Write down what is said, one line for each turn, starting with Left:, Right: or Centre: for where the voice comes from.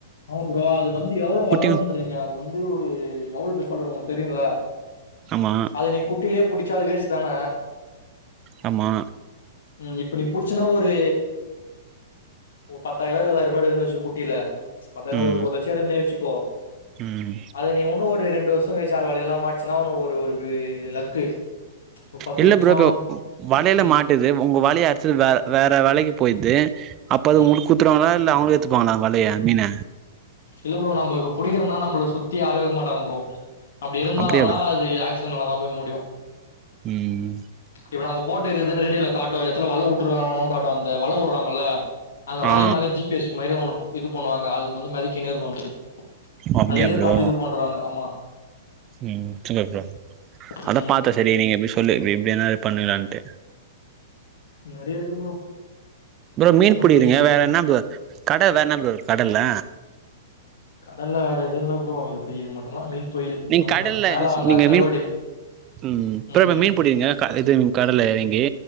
Left: நோ ப்ரோ அது வந்து எவ்ளோ வளரும்ன்றீங்க
Right: மீன்
Left: அது வந்து ஒரு எவுளு பெர்சு வளரு உங்களுக் தெரியுல்ல
Right: ஆமா
Left: அத நீ குட்டிலே புடி சா அது வேஸ் தான
Right: அமா
Left: ம் இப்ப நீ புடிச்சனா ஒரு ஒரு பத்தாயர்வா இருதாயிர்பா எடுக்கன் வெச்சு குட்டில பத்தாங்க
Right: ம்
Left: ஒரு லட்ச எடுக்கன்னே வெச்சு கோ
Right: ம்
Left: அது நீ உன்னு ஒரு ரெண் டு வசங்கல்ச்சி யார் வலைல்னா மாட்ச்சுனா ஒரு லக்கு ஒரு பத்து
Right: இல்ல
Left: லட்சம்
Right: ப்ரோ இப்ப வலைல
Left: ம்
Right: மாட்டுது ஒங்க வலைய அறுத்துது வேற வேற வலைக்கு போய்து அப்ப அது
Left: ம்
Right: உங்ளுக் குத்துருவாங்ளா இல்ல அவுங்ளே எத்துக்குவாங்ளா வலைய மீன
Left: இல்ல ப்ரோ நம்ப இப்ப புடிக்கிறம்னா நம்பள சுத்தி யாரு இருக் மாட்டாங் ப்ரோ அப்டி இருந்தாங்கனா
Right: அப்டியா ப்ரோ
Left: அது ஆக்ஷ் <unintelligible> போய் முட்யு
Right: ம்
Left: இப்ப நம்ம போட்டு் இருக்குதுன் ரெடியுல காட்டுவஞ்சத்ல வல வட்டுர்றாங்ளோன் காட்டு அந்த வல உர்றாங்களல்ல அந்த வலைய
Right: ஆ
Left: மேல ஜிபிஎஸ் மைரே ஒன்னுப் இது பென்னுவாங்க அது வந்து மிதக்கினே இருக்கும் அப்படியே
Right: அப்டியா
Left: அதுலயே
Right: ப்ரோ
Left: பாத்து இது பண்றாங்க ஆமா
Right: ம் சேர் ப்ரோ
Left: ம்
Right: அதா பாத்தா சரி நீங்க எப்டி சொல்லிர்பி எப்டி ஆனாலு பண்ணுலாண்டே
Left: நிறைய இருக்கு ப்ரோ
Right: ப்ரோ மீன்
Left: இன்னு
Right: பிடிங்குறீங்க
Left: பெரிய பெரிய
Right: வேற என்ன ப்ரோ கட வேற என்ன ப்ரோ இருக் கடல்ல
Left: கடல்ல வேற எது இல்ல ப்ரோ இது இது மட்டுதா மீன் தொழில்
Right: நீங்க
Left: அவ்ளதா
Right: கடல்ல
Left: மேல வந்தா
Right: நீங்க
Left: கருவாடு
Right: மீன் உம் பற
Left: ம்
Right: இப்ப மீன் பிடிக்கிறீங்க இது கடல்ல எறங்கி